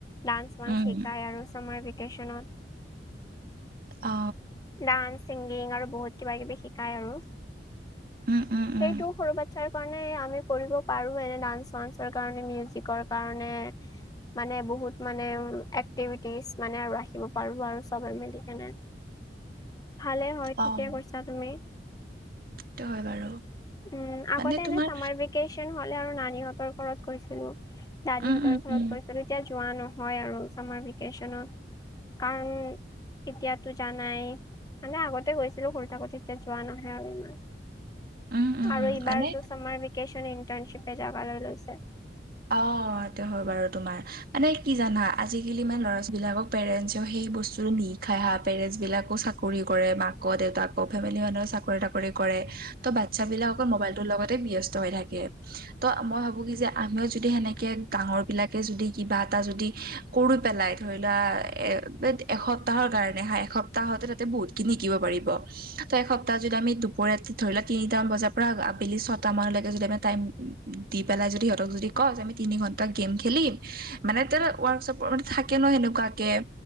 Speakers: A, on the left; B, on the right.
A: ডান্স-ৱান্স
B: উম
A: শিকাই আৰু চামাৰ ভেকেশচনত।
B: অ
A: ডান্স, ছিংগিং আৰু বহুত কিবা-কিবি শিকায় আৰু।
B: উম, উম, উম,
A: সেইটো সৰু বাচ্ছাৰ কাৰণে আমি কৰিব পাৰো। এনে ডান্স-ৱান্সৰ কাৰণে, মিউজিকৰ কাৰণে। মানে বহুত মানে এক্টিভিটিজ মানে আৰু ৰাখিব পাৰো আৰু চবে মিলি কেনে।
B: <inaudible>
A: ভালে হয়,
B: অ',
A: ঠিকে কৈছা তুমি।
B: সেইটো হয় বাৰু
A: উম' আগতে
B: মানে তোমাৰ
A: এনে চামাৰ ভেক ভেকেশন হ'লে আৰু নানি হতৰ ঘৰত গৈছিলোঁ, দাদিহতৰ
B: উম, উম,
A: ঘৰত
B: উম,
A: গৈছিলোঁ। যোৱা নহয় আৰু চামাৰ ভেকেশনত কাৰণ এতিয়াতো জানাই। মানে আগতে গৈছিলো আৰু থাকোতে এতিয়া যোৱা নহয় আৰু ইমান।
B: উম, উম,
A: আৰু এইবাৰতো
B: মানে
A: ছামাৰ ভেকেশ্যন ইণ্টাৰ্ণশ্বিপে জাগালৈ লৈছে।
B: অ, সেইটো হয় বাৰু তোমাৰ মানে কি জানা আজিকালি মানে ল'ৰা ছোৱালী পেৰেনচেও সেই বস্তুটো নিহিকাই হা। পেৰেণ্টছ বিলাকো চাকৰি কৰে মাক দেউতাক ফেমিলি মানুহে চাকৰি তাকৰি কৰে ত' বাচ্ছা বিলাক অকল মোবাইল ৰ লগতে ব্যস্ত। হৈ থাকে, ত মই ভাবো কি যে আমি যদি সেনেকে ডাঙৰ বিলাকে যদি কিবা এটা যদি কৰি পেলাই ধৰি লোৱা এ, এসপ্তাহৰ কাৰণে হা এসপ্তাহতে তাতে বহুত শিকিব পাৰিব। ত এসপ্তাহ যদি আমি দুপৰীয়া ধৰি লোৱা তিনিটামান বজাৰ পৰা আবেলি ছয়তা মানলৈকে যদি আমি টাইম দি পেলাই যদি সিহতক যদি কও আমি তিনি ঘণ্টা গেম খেলিম। মানে তে ৱৰ্কশপৰ মানে থাকে ন সেনেকুৱাকে।